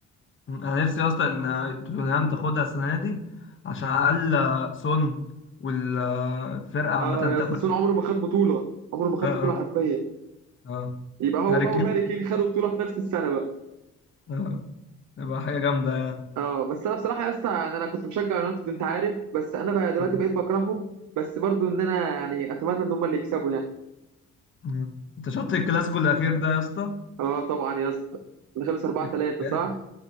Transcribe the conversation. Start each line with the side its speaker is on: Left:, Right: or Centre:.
Left: انا نفسي اصلا ان توتنهام تاخدها السنه دي عشان على الاقل آه، سون والفرقه عامه
Right: اه يا
Left: تاخد
Right: اسطى سون عمره ما خد بطوله عمره ما خد
Left: آه،
Right: بطوله
Left: آه.
Right: حرفيا
Left: اه
Right: يبقى هو
Left: هاري
Right: بقى
Left: كين
Right: وهاري كين خدوا بطوله في نفس السنه بقى
Left: اه تبقى حاجة جامدة يعني
Right: اه بس انا بصراحه يا اسطى يعني انا كنت بشجع يونايتد انت عارف بس انا بقى دلوقتي
Left: آه.
Right: بقيت بكرههم بس برضو ان انا يعني اتمنى ان هم اللي يكسبوا يعني
Left: آه. انت شفت الكلاسيكو الأخير ده يا اسطى؟
Right: اه طبعا يا اسطى اللي خلص 4
Left: ده كان
Right: 3 صح
Left: جامد.